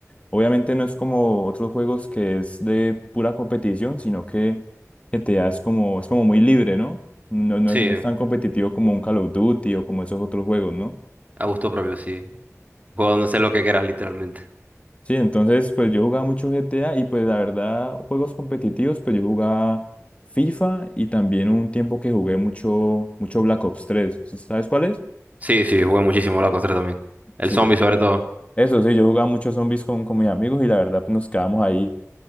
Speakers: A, on the left (about 25°); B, on the right (about 30°).
A: obviamente no es como otros juegos que es de pura competición, sino que GTA es como, es como muy libre, ¿no? No, no
B: Sí,
A: es, no es tan competitivo como un Call of Duty o como esos otros juegos, ¿no?
B: a gusto propio, sí. Juego donde sé lo que quieras, literalmente.
A: Sí, entonces pues yo jugaba mucho GTA y pues la verdad juegos competitivos pues yo jugaba FIFA y también un tiempo que jugué mucho mucho Black Ops tres ¿Sabes cuál es?
B: Sí, sí, jugué muchísimo Black Ops tres también. El
A: Sí,
B: zombie sobre todo.
A: Eso sí, yo jugaba muchos zombies con, con mis amigos y la verdad pues nos quedábamos ahí